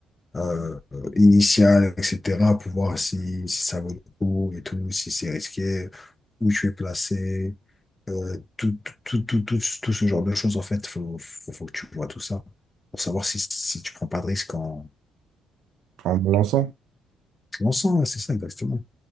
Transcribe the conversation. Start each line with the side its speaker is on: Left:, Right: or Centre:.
Left: euh, initiale, etc., pour voir si, si ça vaut le coup et tout, si c'est risqué, où tu es placé, euh, tout, tout, tout, tout, tout ce genre de choses, en fait, faut, faut, faut que tu vois tout ça pour savoir si, si tu prends pas de risque en
Right: en me lançant.
Left: te lançant, ouais, c'est ça exactement.